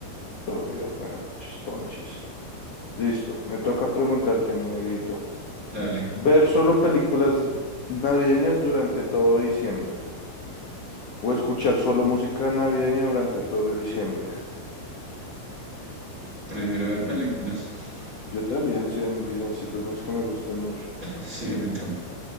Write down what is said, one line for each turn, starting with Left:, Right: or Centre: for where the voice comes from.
Left: Obvio, weón, chisponchis. Listo, me toca preguntarte, mi negrito.
Right: dale.
Left: ¿Ver solo películas navideñas durante todo diciembre? ¿O escuchar solo música navideña durante todo diciembre?
Right: Prefiero ver películas. <laughs>
Left: Yo también, sean villancicos, no es que me gusten mucho.
Right: Sí, a mí tampoco.